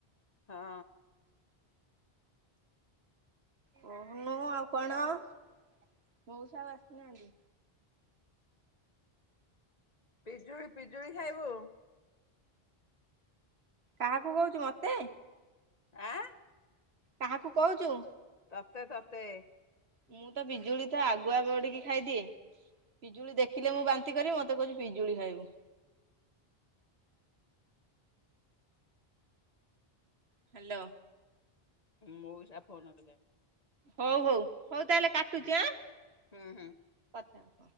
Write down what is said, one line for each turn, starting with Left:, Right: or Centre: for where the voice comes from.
Left: ହଁ।
Right: ମୁ ଆପଣ ମଉସା ଆସିୁନାହାନ୍ତି?
Left: ପିଜୁଳି ପିଜୁଳି ଖାଇବୁ।
Right: କାହାକୁ କହୁଛି ମତେ।
Left: ଆଁ।
Right: କାହାକୁ କହୁଛୁ।
Left: ତତେ ତତେ।
Right: ମୁଁ ତ ପିଜୁଳି ତ ଆଗୁଆ ବଢିକି ଖାଇଦିଏ ପିଜୁଳି ଦେଖ ଦେଖୀଲେ ମୁଁ ବାନ୍ତି କରିବି ମତେ କହୁଛି ପିଜୁଳି ଖାଇବୁ। ହ୍ୟାଲୋ।
Left: ମୋଉସା ଫୋନକଲେ
Right: ହଉ ହଉ ହଉ ତାହେଲେ କାଟୁଛି ଆଁ
Left: ହୁଁ ହୁଁ।
Right: ହ।